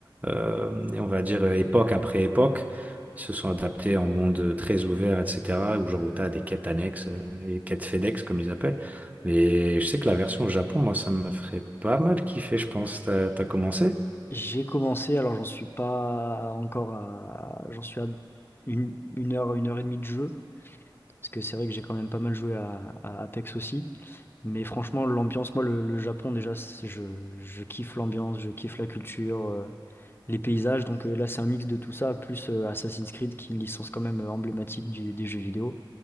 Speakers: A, on the right; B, on the left.
A: euh, et on va dire euh, époque après époque. Ils se sont adaptés en monde euh, très ouvert, etc., où genre où t'as des quêtes annexes, euh, et quêtes FedEx, comme ils appellent. Mais je sais que la version au Japon, moi, ça me ferait pas mal kiffer, je pense. T'as, t'as commencé?
B: J'ai commencé, alors j'en suis pas encore à, j'en suis à une, une heure, une heure et demie de jeu, parce que c'est vrai que j'ai quand même pas mal joué à, à Apex aussi. Mais franchement, l'ambiance, moi, le, le Japon, déjà, c'est- je, je kiffe l'ambiance, je kiffe la culture. euh, les paysages. Donc euh, là, c'est un mix de tout ça, plus euh, Assassin's Creed, qui est une licence quand même euh, emblématique du- des jeux vidéo.